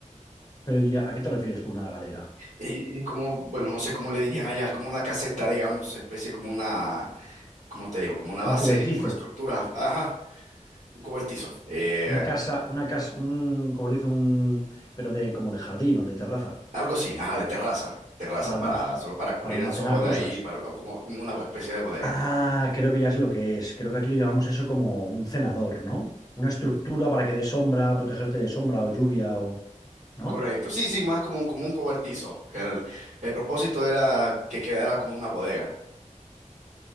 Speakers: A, on the left (about 30°); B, on the right (about 75°).
A: Pero ya, ¿a qué te refieres con una galera?
B: eh, como, bueno, no sé cómo le dirían allá, es como una caseta, digamos, especie como una, ¿cómo te digo? Como una base,
A: Un cobertizo,
B: una estructura, ajá, un cobertizo, eh,
A: una casa, una casa, un cobertizo, un... pero de como de jardín o de terraza,
B: algo así, ajá, de terraza, terraza
A: para
B: para,
A: almac-
B: solo para cubrir
A: para almacenar
B: el sol ahí,
A: cosas.
B: para, o como, como una especie de bodega.
A: Ah, creo que ya es lo que es. Creo que aquí lo llamamos eso como un cenador, ¿no? Una estructura para que de sombra, protegerte de sombra o lluvia o... ¿No?
B: Correcto, sí, sí, más como, como un cobertizo. El, el propósito era que quedara como una bodega.